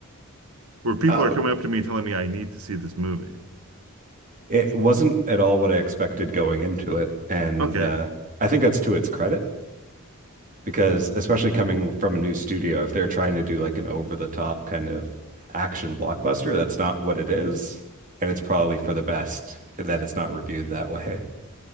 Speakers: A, on the right (about 75°); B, on the right (about 35°).
A: where people
B: Oh,
A: are coming up to me telling me I need to see this movie.
B: it wasn't at all what I expected going into it, and
A: Okay.
B: uh, I think that's to its credit. because especially coming from a new studio, if they're trying to do like an over-the-top kind of action blockbuster, that's not what it is, and it's probably for the best that it's not reviewed that way. <laughs>